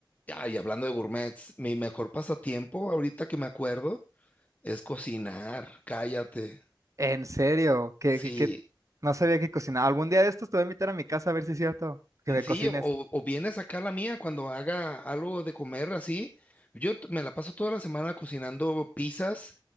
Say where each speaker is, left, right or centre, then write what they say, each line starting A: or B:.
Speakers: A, on the left; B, on the right.
A: Ah, y hablando de gourmets, mi mejor pasatiempo ahorita que me acuerdo. Es cocinar, cállate.
B: En serio, que,
A: Sí,
B: que, que no sabía que cocinaba. Algún día de estos te voy a invitar a mi casa a ver si es cierto que
A: mm,
B: me
A: sí,
B: cocines.
A: o, o vienes acá a la mía cuando haga algo de comer así. Yo t- me la paso toda la semana cocinando pizzas.